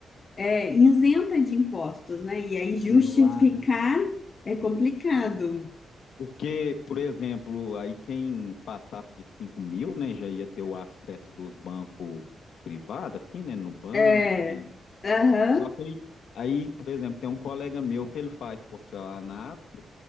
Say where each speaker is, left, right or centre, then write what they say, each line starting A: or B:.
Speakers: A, on the left; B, on the left.
A: é, isenta de impostos, né? E aí justificar
B: burlava.
A: é complicado.
B: Porque, por exemplo, aí quem passasse de cinco mil, né, já ia ter o acesso dos bancos privados, assim, né, no Nubank.
A: É, aham,
B: Só que aí, aí, por exemplo, tem um colega meu que ele faz porcelanato,